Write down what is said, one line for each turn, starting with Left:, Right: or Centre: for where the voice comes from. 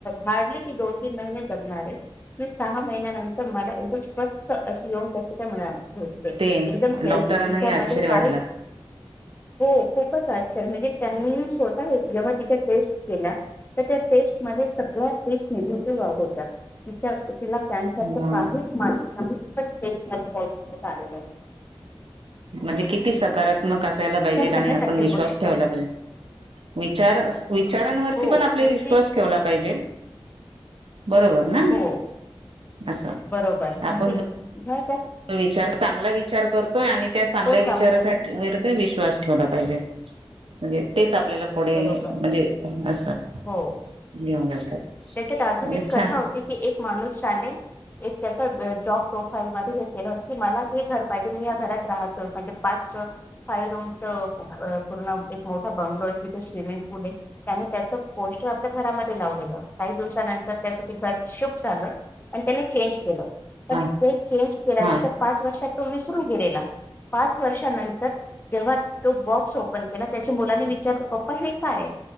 Left: हार्डली ती दोन तीन महिने जगणार आहे. की सहा महिन्यानंतर मला एकदम स्वस्त अशी येऊन कशी काय मिळाली? त
Right: ते
Left: एकदम हेल्दी
Right: डॉक्टरांनाही
Left: तिच्यामध्ये
Right: आश्चर्य
Left: काही
Right: वाटलं
Left: हो खूपच आश्चर्य, म्हणजे त्यांनी ही स्वतः जेव्हा तिच्या टेस्ट केल्या तर त्या टेस्ट मध्ये सगळ्या टेस्ट निगेटिव्ह आ होत्या, तिच्या तिला कॅन्सरच
Right: म
Left: काहीच माहित नाही पण टेस्ट या पॉसिटीव्हच आलेल्या नाहीयेत.
Right: म्हणजे किती सकारात्मक असायला पाहिजे
Left: करण्यासारखी
Right: आणि आपण विश्वास
Left: गोष्ट
Right: ठेवायला पाहिजे. विचार अ विचारांवरती
Left: हो
Right: पण आपले
Left: म्हणजे
Right: विश्वास ठेवला पाहिजे, बरोबर. ना
Left: हो
Right: असं
Left: बरोबर,
Right: आपण
Left: म्हणजे ह्यात
Right: विचार चांगला विचार करतोय आणि त्या चांगल्या
Left: तोच
Right: विचारासाठी
Left: आपल्याला
Right: वीर विश्वास ठेवला पाहिजे. म्हणजे तेच आपल्याला पुढे
Left: बरोबर
Right: म्हणजे असत
Left: हो
Right: घेऊन जातात.
Left: त्याच्यात अजून
Right: म्हणजे
Left: एक कथा
Right: छान
Left: होती की एक माणुस ने एक त्याच जॉब प्रोफाईल मध्ये हे केलं होत की मला हे घर पाहिजे मी या घरात राहतोय म्हणजे पाच फाय रूम च पूर्ण एक मोठा बंगलो आहे, तिथे स्विमिंग पूल आहे. त्यानी त्याच पोस्टर आपल्या घरामध्ये लावलेलं. काही दिवसानंतर त्याच घर शिफ्ट झालं आणि त्यानी चेंज केलं. पण
Right: हा
Left: ते चेंज केल्यानंतर
Right: हा
Left: पाच वर्षात तो विसरून गेलेला पाच वर्षानंतर जेव्हा तो बॉक्स ओपन केला त्याच्या मुलानी विचारलं पप्पा हे काय?